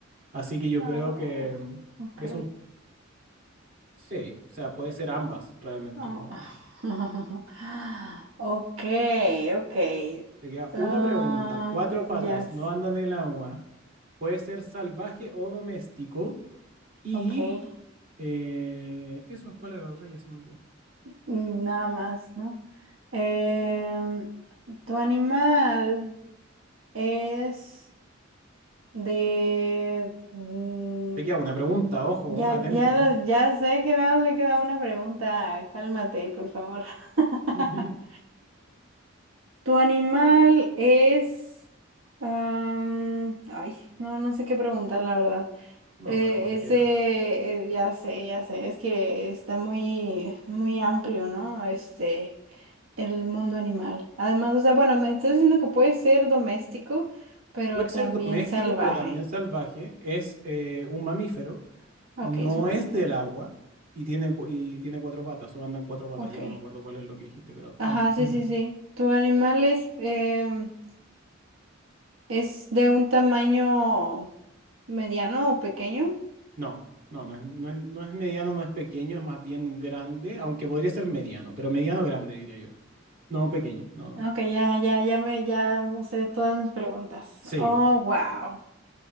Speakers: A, on the right; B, on the right.
A: Así que yo
B: Ah,
A: creo que mm,
B: ok,
A: es un... Sí, o sea, puede ser
B: ok.
A: ambas, realmente,
B: Oh,
A: ¿no?
B: <laughs> Okay, okay.
A: Te queda
B: Ah,
A: una pregunta. Cuatro patas,
B: yes,
A: no andan en el agua. Puede ser salvaje o doméstico. Y...
B: okay.
A: eh, eso, ¿cuál era la otra? Ya se me olvidó.
B: Mm, Nada más, ¿no? Em, ¿tu animal es de, mm,
A: Te queda una pregunta, ojo,
B: Ya,
A: atenta.
B: ya, lo- ya sé que nada más me queda una pregunta. Cálmate, por favor. <laughs>
A: <laughs>
B: ¿Tu animal es... am, ay, no, no sé qué preguntar, la verdad.
A: No,
B: Eh,
A: pero cualquiera.
B: es de... eh, ya sé, ya sé. Es que está muy, muy amplio, ¿no? Este, el mundo animal. Además, o sea, bueno, me estás diciendo que puede ser doméstico, pero
A: Puede ser
B: también
A: doméstico,
B: salvaje.
A: pero también salvaje. Es eh, un mamífero.
B: Ok,
A: No
B: es un mamífero.
A: es del agua y tiene, cu- y tiene cuatro patas, o andan cuatro patas,
B: Ok.
A: ya no me acuerdo cuál es lo que dijiste, pero
B: Ajá,
A: ambas.
B: sí,
A: <laughs> Ujú.
B: sí, sí. ¿Tu animal es, em, es de un tamaño mediano o pequeño?
A: No, no, no es, no es, no es mediano, no es pequeño, es más bien grande, aunque podría ser mediano, pero mediano grande diría yo. No pequeño, no, no.
B: Ok, ya, ya, ya me, ya usé todas mis preguntas.
A: Sí.
B: Oh, wow.